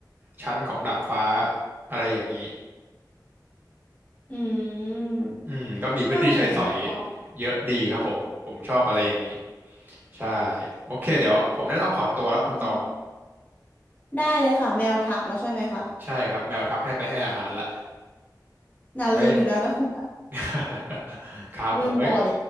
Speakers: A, on the right; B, on the left.
A: ชั้นของดาดฟ้าอะไรอย่างนี้
B: อืม
A: อืมก็มีพื้นที่ใช้สอย
B: น่าสนใจ
A: เยอะดีครับผมผมชอบอะไรอย่างนี้ ใช่โอเคเดี๋ยวผมน่าต้องขอตัวแล้วคุณตอง
B: อืมได้เลยค่ะแมวทักแล้วใช่ไหมคะ
A: ใช่ครับแมวทักให้ไปให้อาหารละ
B: น่าลืมอีกแล้วนะคุณอะ
A: ไว้ <laughs> ครับผมไว้
B: ลืมบ่อย